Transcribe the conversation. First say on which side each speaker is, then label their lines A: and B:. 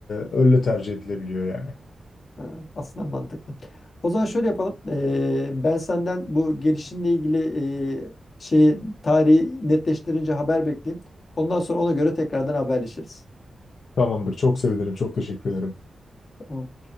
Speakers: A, on the left; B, on the left.
A: öyle tercih edilebiliyor yani.
B: Ha, aslında mantıklı. O zaman şöyle yapalım. Ee, ben senden bu gelişinle ilgili e, şeyi tarihi netleştirince haber bekleyeyim. Ondan sonra ona göre tekrardan haberleşiriz.
A: Tamamdır. Çok sevinirim. Çok teşekkür ederim.
B: Tamam.